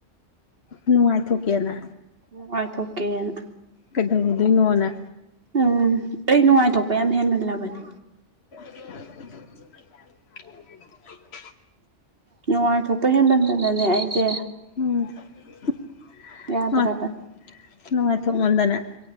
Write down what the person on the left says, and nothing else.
ꯅꯨꯉꯥꯏꯊꯣꯛꯀꯦꯅ꯫
ꯀꯩꯗꯧꯔꯨꯗꯣꯏꯅꯣꯅ
<unintelligible>
ꯎꯝ
ꯍꯣꯏ ꯅꯨꯉꯥꯏ ꯊꯣꯛꯃꯟꯗꯅ